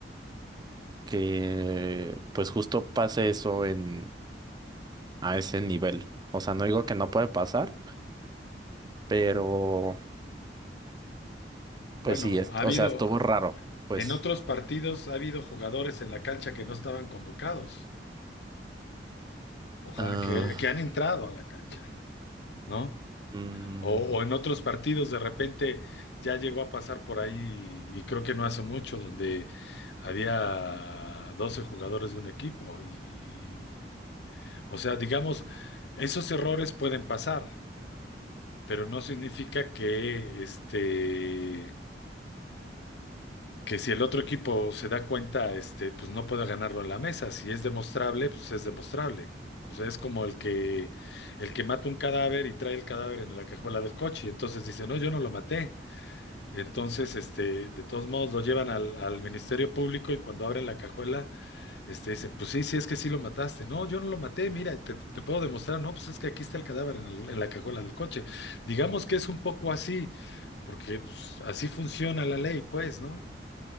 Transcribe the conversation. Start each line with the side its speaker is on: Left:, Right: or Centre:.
Right: que pues justo pase eso en, a ese nivel. O sea, no digo que no puede pasar, Pero,
Left: Bueno,
Right: pues sí, es
Left: ha habido,
Right: o sea, estuvo raro, pues.
Left: en otros partidos ha habido jugadores en la cancha que no estaban convocados, o sea,
Right: Ah,
Left: que, que han entrado a la cancha, ¿no?
Right: Mm,
Left: O, o en otros partidos de repente ya llegó a pasar por ahí y creo que no hace mucho donde había 12 jugadores de un equipo y, y- o sea, digamos, esos errores pueden pasar, pero no significa que este que si el otro equipo se da cuenta, este, pues no pueda ganarlo en la mesa, si es demostrable, pues es demostrable. O sea, es como el que el que mata un cadáver y trae el cadáver en la cajuela del coche, y entonces dice, "No, yo no lo maté." Entonces, este, de todos modos lo llevan al, al Ministerio Público y cuando abren la cajuela, este, dicen, pues sí, sí, es que sí lo mataste. No, yo no lo maté, mira, te, te puedo demostrar. No, pues es que aquí está el cadáver en, el- en la cajuela del coche. Digamos que es un poco así, porque pues, así funciona la ley, pues, ¿no?